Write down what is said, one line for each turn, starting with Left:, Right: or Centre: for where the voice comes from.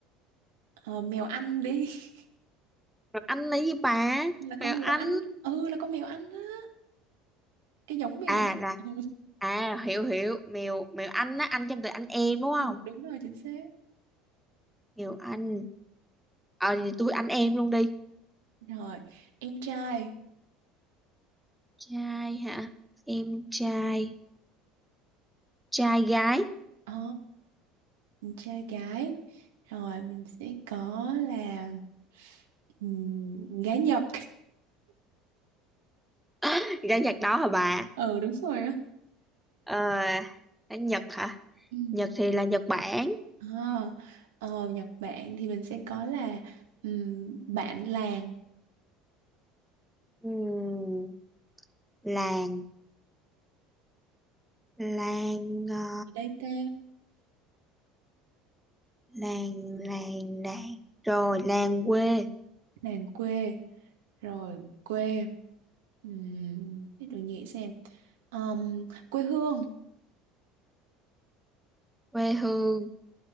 Right: Ờ, mèo Anh đi <laughs>
Centre: Rồi anh lấy gì bà?
Right: là con
Centre: Mèo
Right: mèo
Centre: anh.
Right: Anh ừ là con mèo Anh á cái giống mèo
Centre: à là
Right: <laughs> ừ,
Centre: à hiểu hiểu mèo mèo anh á anh trong từ anh em đúng
Right: ừ,
Centre: không
Right: đúng rồi chính xác
Centre: mèo anh ờ thì tôi anh em luôn đi
Right: rồi em trai
Centre: trai hả em trai trai gái
Right: ờ mình trai gái rồi mình sẽ có là ừm, gái Nhật
Centre: <laughs> gái Nhật đó hả bà
Right: <laughs> ừ đúng rồi á
Centre: ờ ở Nhật hả
Right: ừ.
Centre: Nhật thì là Nhật Bản
Right: Ờ, ờ, Nhật Bản thì mình sẽ có là ừm, bạn làng
Centre: Ừm, làng làng ờ,
Right: Gì đây ta
Centre: làng làng làng rồi làng quê
Right: làng quê rồi quê um, để tôi nghĩ xem Ờm, quê hương
Centre: quê hương